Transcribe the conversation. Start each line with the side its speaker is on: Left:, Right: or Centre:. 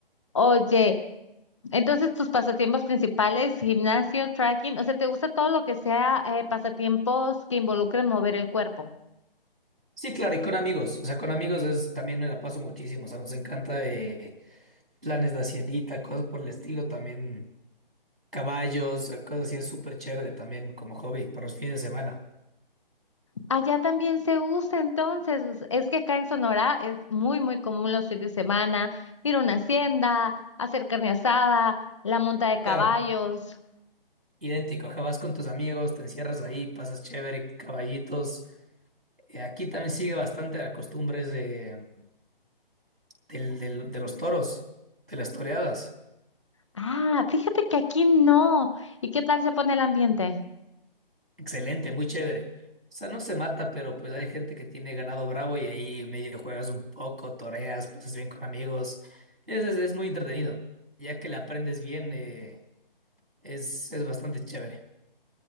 Left: Oye. Entonces, tus pasatiempos principales, gimnasio, tracking, o sea, ¿te gusta todo lo que sea eh, pasatiempos que involucren mover el cuerpo?
Right: Sí, claro, y con amigos. O sea, con amigos es, también me la paso muchísimo. O sea, nos encanta... eh, planes de haciendita, cosas por el estilo, también caballos, eh, cosas así, es súper chévere también como hobby para los fines de semana.
Left: Allá también se usa, entonces, es que acá en Sonora es muy, muy común los fines de semana ir a una hacienda, hacer carne asada, la monta de caballos.
Right: Claro, idéntico, ajá, vas con tus amigos, te encierras ahí, pasas chévere, caballitos. Eh, aquí también sigue bastante la costumbre de, del- del- de los toros, de las toreadas.
Left: Ah, fíjate que aquí no. ¿Y qué tal se pone el ambiente?
Right: Excelente, muy chévere. O sea, no se mata, pero pues hay gente que tiene ganado bravo y ahí medio juegas un poco, toreas, pasas bien con amigos. Es, es, es muy entretenido. Ya que le aprendes bien, eh, Es, es bastante chévere.